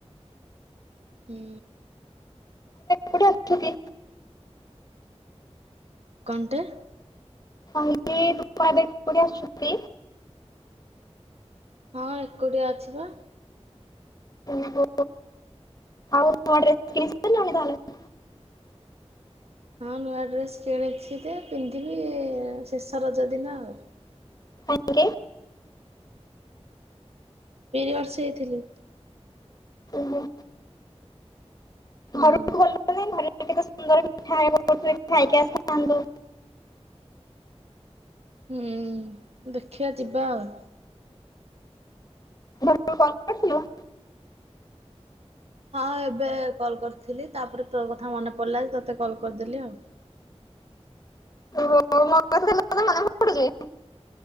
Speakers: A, on the right (about 65°); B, on the left (about 35°).
A: ହୁଁ
B: କୋଉଠି ଆଛୁ କି?
A: କଣ ଟେ
B: କହିଲି ତୁ କଣ ଏବେ କୋଉଠି ଅଛୁକି?
A: ହଁ ଏକୁଟିଆ ଅଛି ବା,
B: ଓହୋ ଆଉ ନୂଆ ଡ୍ରେସ କିଣି ସାରିଲୁଣି ତାହେଲେ <inaudible>
A: ହଁ ନୂଆ ଡ୍ରେସ୍ କିଣିଛି ଯେ ପିନ୍ଧିବି ଶେଷ ରଜ ଦିନ ଆଉ।
B: କାହିଁକି?
A: ପିରିୟଡ଼ସ ହେଇଥିଲି।
B: ଓହୋ।
A: ହୁଁ।
B: ଘରକୁ ଗଲୁ ନାଇଁ ଘରେ କେତେ ସୁନ୍ଦର ପିଠା କରୁଥିଲେ ଖାଇକି ଆସିଥାନ୍ତୁ
A: ହୁଁ ଦେଖିବା ଯିବା ଆଉ।
B: ମୁଁ କହିଲି ତୁ କଲ କରିଥିଲୁ?
A: ହଁ ଏବେ କଲ କରିଥିଲି ତାପରେ ତୋ କଥା ମନେ ପଡିଲା ଯେ ତତେ କଲ କରିଦେଲି ଆଉ।
B: ହ ମୋ କଥା ତୋର ଖାଲି ମନେ ପଡୁଚି